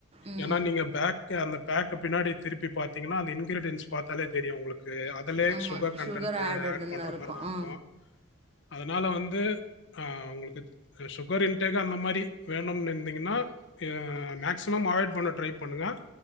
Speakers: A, on the right (about 30°); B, on the left (about 55°).
A: ம்
B: ஏன்னா நீங்க பேக்கு அந்த பேக்க பின்னாடி திருப்பி பாத்தீங்கன்னா அந்த இன்கிரீடியன்ஸ் பார்த்தாலே தெரியு உங்குளுக்கு அதுலே
A: ஆமா
B: சுகர் கண்டண்ட்
A: ஆடடுன்னு
B: ஆட் பண்ற
A: இருக்கு
B: மாரி தா இருக்கூ
A: ஆ
B: அதனால வந்து அவுங்களுக்கு சுகர் இன்டேக் அந்த மாரி வேணும்னு இருந்திங்கன்னா எ மேக்சிமம் அவாய்ட் பண்ண ட்ரை பண்ணுங்க